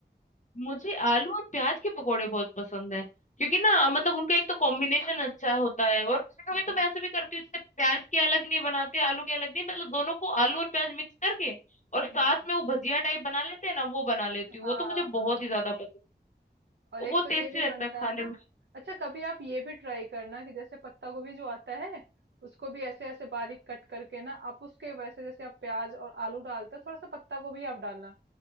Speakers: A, on the left (about 40°); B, on the right (about 75°).
A: मुझे आलू और प्याज के पकोड़े बहुत पसंद है क्योंकि ना मतलब उनका एक तो कॉम्बिनेशन अच्छा होता है और कभी कभी
B: हम्म
A: तो मैं ऐसे भी करती हूँ जैसे प्याज के अलग नहीं बनाते आलू के अलग नहीं मतलब दोनों को आलू और प्याज मिक्स करके और साथ
B: हम्म
A: में वो भजिया टाइप बना लेते हैं ना वो बना लेती हूँ
B: हाँ
A: वो तो मुझे
B: हाँ
A: बहुत ही ज्यादा पसंद है
B: और
A: वो
B: एक
A: बहुत
B: तो ये
A: टेस्टी
B: भी
A: लगता
B: बनता
A: है खाने
B: है ना
A: में
B: अच्छा कभी आप ये भी ट्राई करना कि जैसे पत्ता गोभी जो आता है उसको भी ऐसे ऐसे बारीक कट करके ना आप उसके वैसे जैसे आप प्याज और आलू डालते हो थोड़ा सा पत्ता गोभी आप डालना